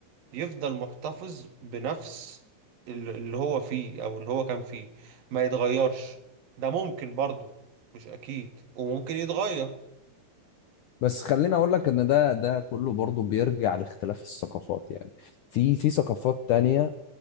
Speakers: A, on the right; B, on the left.
A: يفضل محتفظ بنفس ال- اللي هو فيه أو اللي هو كان فيه ما يتغيرش ده ممكن برضه مش أكيد وممكن يتغير
B: بس خليني اقول لك ان ده ده كله برضو بيرجع لاختلاف الثقافات يعني في في ثقافات تانية